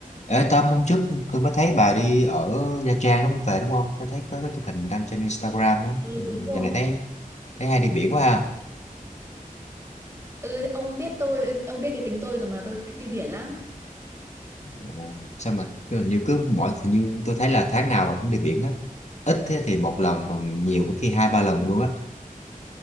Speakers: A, on the left (about 50°); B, on the right (about 20°).
A: Ê Tâm hôm trước tôi mới thấy bà đi ở Nha Trang đúng không? Về đúng không? Tôi thấy có cái chụp hình đăng trên Instagram á.
B: Ừ
A: Ừ,
B: đúng rồi.
A: Giờ này thấy thấy hay đi biển quá ha.
B: Ừ, ông biết tôi, ông biết cái tính tôi rồi mà tôi thích đi biển lắm.
A: Ồ, Sao mà cứ- hình như cứ mỗi thì như tôi thấy là tháng nào cũng đi biển hết. Ít thế thì một lần còn nhiều có khi hai ba lần luôn á.